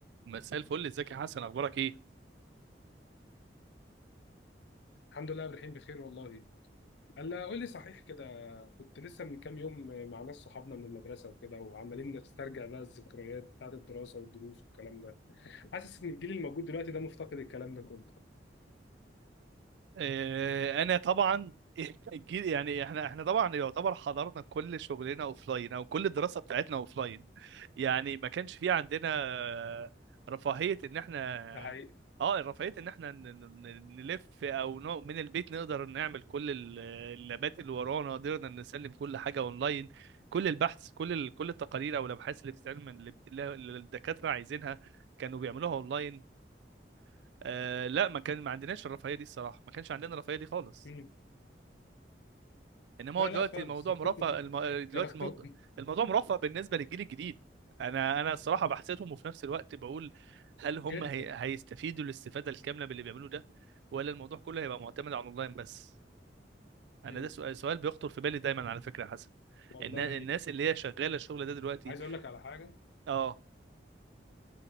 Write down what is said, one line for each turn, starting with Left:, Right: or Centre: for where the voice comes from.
Right: مساء الفل ازيك يا حسن اخبارك ايه
Left: الحمد لله الرحيم بخير والله هلا قول لي صحيح كده كنت لسه من كام يوم مع ناس صحابنا من المدرسه وكده وعمالين نسترجع بقى الذكريات بتاعت الدراسه والدروس والكلام ده حاسس ان الجيل الموجود دلوقتي ده مفتقد الكلام ده كله
Right: آه انا طبعا <laughs> الجيل- يعني احنا احنا طبعا يعتبر حضرنا كل شغلنا اوف لاين او كل الدراسه بتاعتنا اوف لاين يعني ما كانش في عندنا آه، رفاهيه ان احنا
Left: ده حقيقي
Right: اه رفاهيه ان احنا ن- ن- نلف او نو- من البيت نقدر نعمل كل ال- اللابات اللي ورانا قدرنا نسلم كل حاجه اونلاين كل البحث كل ال- كل التقارير او الابحاث اللي بتتعمل اللي بت- اللي الدكاتره عايزينها كانوا بيعملوها اونلاين آه لا ما كان ما عندناش الرفاهيه دي الصراحه ما كانش عندنا الرفاهيه دي خالص
Left: مم.
Right: انما
Left: لا
Right: هو دلوقتي
Left: لا خالص
Right: الموضوع مرفه الم...
Left: <laughs>
Right: دلوقتي
Left: يا بختهم
Right: الموضوع الموضوع مرفه بالنسبه للجيل الجديد انا انا الصراحه بحسدهم وفي نفس الوقت بقول هل هم
Left: جدا
Right: هي... هيستفيدوا الاستفاده الكامله باللي بيعملوه ده ولا الموضوع كله هيبقى معتمد على الاونلاين بس انا
Left: مم.
Right: ده سؤال سؤال بيخطر في بالي دايما على فكره يا حسن
Left: والله
Right: إن... الناس اللي هي شغاله الشغل ده دلوقتي
Left: عايز اقول لك على حاجه
Right: اه